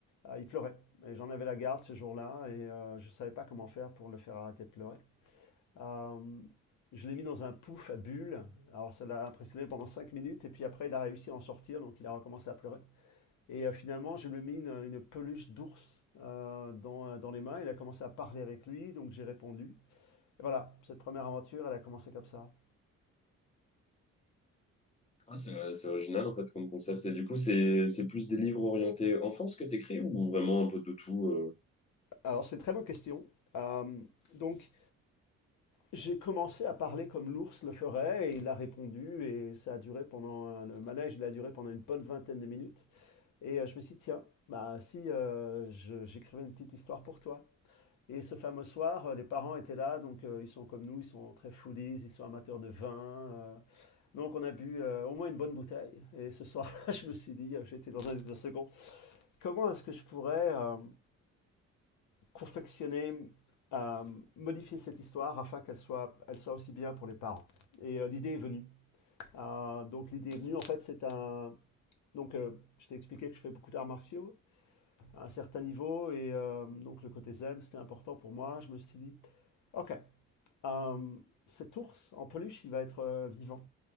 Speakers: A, on the left (about 75°); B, on the left (about 20°).
A: euh, il pleurait. Et j'en avais la garde ce jour-là et euh, je ne savais pas comment faire pour le faire arrêter de pleurer. Euh, je l'ai mis dans un pouf à bulles. Alors ça l'a impressionné pendant 5 minutes et puis après il a réussi à en sortir donc il a recommencé à pleurer. Et euh, finalement je lui ai mis une, une peluche d'ours euh, dans, euh, dans les mains. Il a commencé à parler avec lui donc j'ai répondu. Et voilà, cette première aventure elle a commencé comme ça.
B: Ah, c'est c'est original en fait comme concept. Et du coup, c'est c'est plus des livres orientés enfance que t'écris ou vraiment un peu de tout euh
A: Alors c'est une très bonne question. Euh, donc J'ai commencé à parler comme l'ours le ferait et il a répondu et ça a duré pendant un- le manège, il a duré pendant une bonne vingtaine de minutes et euh, je me suis dit tiens, bah si euh, je- j'écrivais une petite histoire pour toi. Et ce fameux soir, euh, les parents étaient là, donc euh, ils sont comme nous, ils sont très foodies, ils sont amateurs de vin. euh, donc on a bu euh, au moins une bonne bouteille. Et ce soir-là, <laughs> je me suis dit, euh, j'étais dans un second, comment est-ce que je pourrais euh, confectionner, euh, modifier cette histoire afin qu'elle soit, elle soit aussi bien pour les parents. Et euh, l'idée est venue. Euh, donc l'idée est venue, en fait, c'est un... Donc euh, je t'ai expliqué que je fais beaucoup d'arts martiaux à un certain niveau, et euh, donc le côté zen, c'était important pour moi. Je me suis dit, ok, euh, cet ours en peluche, il va être euh, vivant